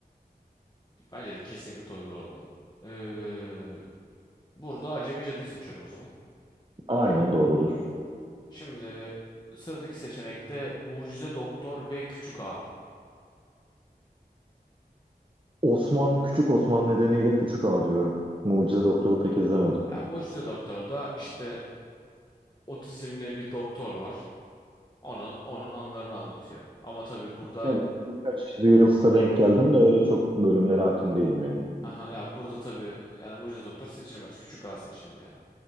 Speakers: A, on the left; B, on the right.
A: Bence de kesinlikle toygar olmalı. Ee, burada Acemi Cadı'yı seçiyorum o zaman.
B: Aynen doğrudur.
A: Şimdi sıradaki seçenekte Mucize Doktor ve Küçük Ağa.
B: Osman, Küçük Osman nedeniyle Küçük Ağa diyorum. Mucize Doktor'u pek izlemedim.
A: Yani Mucize Doktor'da işte otizmli bir doktor var. Onun onun anılarını anlatıyor. Ama tabii burada
B: Yani birkaç Reels'ta denk geldim de öyle çok bölümlere hakim değilim yani.
A: aha yani burada tabii yani Mucize Doktor seçilmez. Küçük A seçilir yani.